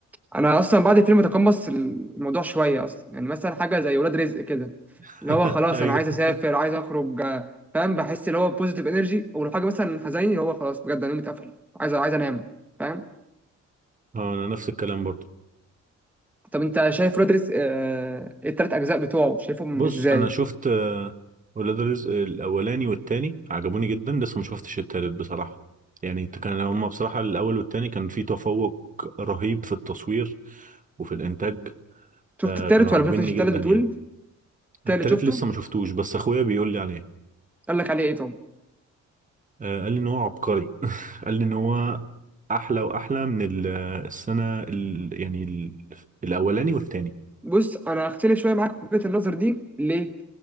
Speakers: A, in the centre; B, on the right.
A: انا اصلا بعد الفيلم تقمص الموضوع شويه اصلا يعني مثلا حاجه زي ولاد رزق كده
B: <laughs>
A: اللي هو خلاص
B: أيوه
A: انا عايز اسافر عايز اخرج آه، فاهم بحس اللي هو بوزيتيف انرجي ولو حاجه مثلا حزيني اللي هو خلاص بجد انا يومي اتقفل عايز عايز انام فاهم
B: اه أنا نفس الكلام برضو
A: طب انت شايف ولاد رزق آه، إيه التلات اجزاء بتوعه شايفهم
B: بص
A: ازاي
B: أنا شفت آه، ولاد رزق الأولاني والتاني عجبوني جدا لسه ما شفتش التالت بصراحة يعني كان هما بصراحة الأول والتاني كان في تفوق رهيب في التصوير وفي الإنتاج
A: شفت
B: آه،
A: التالت
B: كانوا
A: ولا
B: عاجبني
A: مشفتش التالت
B: جدا
A: بتقول
B: يعني
A: التالت
B: التالت
A: شفته
B: لسه ما شفتوش بس أخويا بيقول لي عليه
A: قال لك عليه ايه طب
B: آه، قال لي ان هو عبقري <laughs> قال لي ان هو احلى واحلى من ال- السنه ال يعني ال الاولاني والتاني
A: بص انا هختلف شويه معاك في وجهه النظر دي ليه